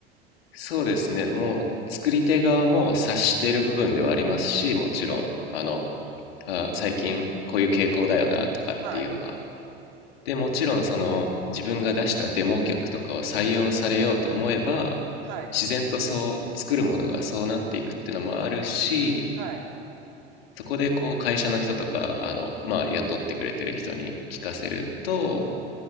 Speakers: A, on the left (about 70°); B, on the right (about 60°).
A: そうですね。もう、作り手側も察している部分ではありますし、もちろん、
B: はい、
A: あの、あ最近こういう傾向だよなとかっていうのが
B: はい、
A: でもちろんその自分が出したデモ曲とかを採用されようと思えば
B: はい、
A: 自然とそう作るものがそうなっていくっていうのもあるし
B: はい。
A: そこでこう会社の人とかあの、まあ、雇ってくれてる人に聞かせると